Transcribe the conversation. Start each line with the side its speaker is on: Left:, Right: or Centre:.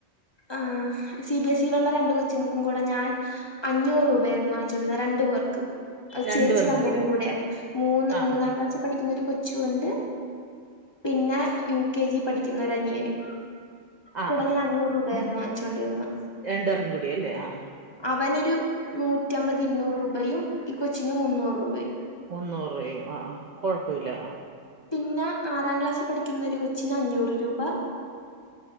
Left: ആഹ് സി ബി എസ് ഇയിലുള്ള രണ്ട് കൊച്ചുങ്ങൾക്കും കൂടെ ഞാൻ അഞ്ഞൂറ് രൂപ ആയിരുന്നു വാങ്ങിച്ചോണ്ടിരുന്നെ രണ്ടു പേർക്ക്. ഒരു
Right: രണ്ടു
Left: ചേച്ചി
Right: പേർക്കും
Left: അനിയനും
Right: കൂടി
Left: കൂടെയാ മൂന്ന്
Right: ആഹ്
Left: മൂന്നാം
Right: ആഹ്
Left: ക്ലാസ്സി പഠിക്കുന്ന ഒരു കൊച്ച് ച്ചുവൊണ്ട് പിന്നെ യു കെ ജി പഠിക്കുന്നൊരനിയനും
Right: ആഹ്
Left: കൂടെ ഞാൻ അഞ്ഞൂറ് രൂപായായിരുന്നു വാങ്ങിച്ചോണ്ടിരുന്നെ
Right: രണ്ട് പേർക്കും കൂടി അല്ലേ ആഹ് ആഹ്.
Left: അവനൊരു നൂറ്റി അമ്പതി ഇരുന്നൂറ് രൂപയും ഈ കൊച്ചിന് മുന്നൂറ് രൂപയും.
Right: മുന്നൂറുപയും ആഹ് ആഹ് കൊഴപ്പൊയില്ലാ ആഹ്
Left: പിന്നാ ആറാം ക്ലാസ്സി പഠിക്കുന്ന ഒരു കൊച്ചിന് അഞ്ഞൂറ് രൂപാ.